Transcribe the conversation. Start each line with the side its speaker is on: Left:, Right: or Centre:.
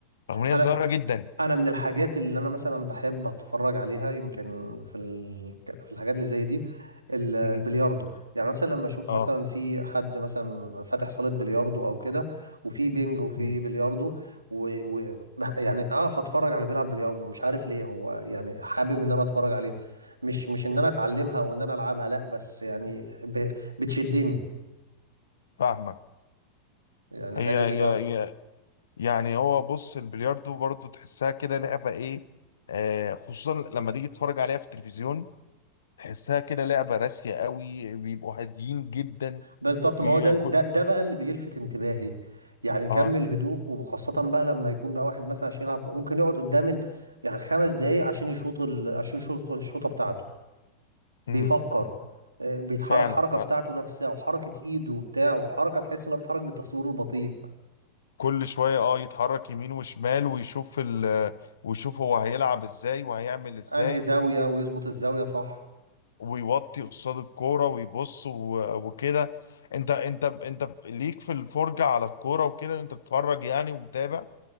Left: رغم ان
Right: انا
Left: هي صغيره جدا
Right: انا من الحاجات اللي انا مثلا بحب اتفرج عليها يمكن في ال... في الحاجات اللي زي دي ال- البلياردو
Left: امم
Right: يعني مثلا لما اشوف
Left: اه
Right: مثلا في حد مثلا فاتح صالة بلياردو او كده وفي بينج وفي
Left: امم
Right: بلياردو و... و... بح- يعني اقف اتفرج على بيلعب بلياردو مش عارف ليه هو يعني حابب ان انا اتفرج عليه مش مش ان انا اتعلمها او ان انا العبها لا بس يعني ب... بتشدني
Left: فاهمك
Right: يعني
Left: هي
Right: حاجة
Left: هي
Right: زي اه
Left: هي يعني هو بص البلياردو برضه تحسها كده لعبه ايه آه خصوصا لما تيجي تتفرج عليها في التلفزيون تحسها كده لعبه راسيه قوي بيبقوا هاديين جدا
Right: بالظبط
Left: ي-
Right: ما هو ده ده
Left: كل
Right: ده بقى اللي بيلفت انتباهي يعني كمل
Left: اه
Right: هدوء وخاصة بقى لما يكون بقى واحد مثلا عشان يلعب ممكن يقعد قدام ال... يعني خمس دقايق عشان يشوط ال... عشان يشوط الشوطة بتاعته بيفكر
Left: امم
Right: آه، بيتحرك
Left: فعلا
Right: الحركة بتاعته نفسها وحركة ايده وبتاع والحركة تحس انه بيتحرك بالتصوير البطيء
Left: فكل شويه اه يتحرك يمين وشمال ويشوف ال ويشوف هو هيلعب ازاي وهيعمل ازاي
Right: انهي زاوية ويظبط الزاوية صح
Left: ويوطي قصاد الكوره ويبص و- وكده انت انت انت ليك في الفرجه على الكوره وكده انت بتتفرج يعني ومتابع